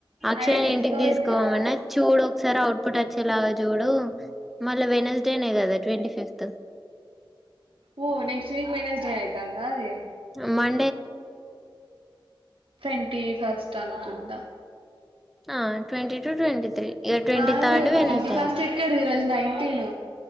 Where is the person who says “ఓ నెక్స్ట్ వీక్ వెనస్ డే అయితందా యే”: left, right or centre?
Right